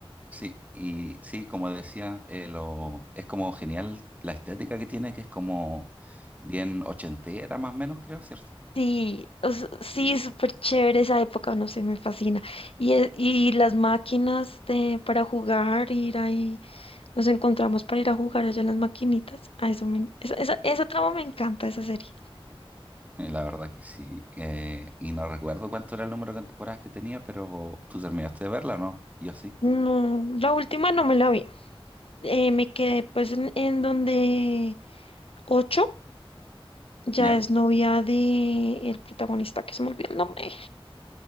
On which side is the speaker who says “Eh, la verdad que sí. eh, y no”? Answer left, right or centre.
Right